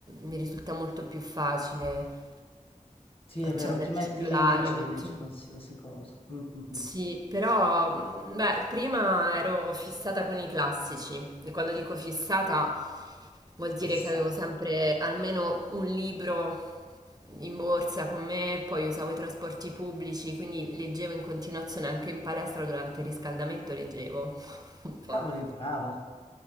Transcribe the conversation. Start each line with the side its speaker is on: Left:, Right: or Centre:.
Right: mi risulta molto più facile
Left: Sì,
Right: accendere
Left: è vero, ti metti
Right: il cellulare,
Left: lì, leggi,
Right: mettimi...
Left: leggi qualsiasi cosa. Mm, mm, mm.
Right: Sì, però mh, beh, prima ero fissata con i classici e quando dico fissata vuol dire
Left: Fissata.
Right: che avevo sempre almeno un libro in borsa con me, poi usavo i trasporti pubblici, quindi leggevo in continuazione anche in palestra durante il riscaldamento leggevo. <laughs> Un po',
Left: Cavoli, brava,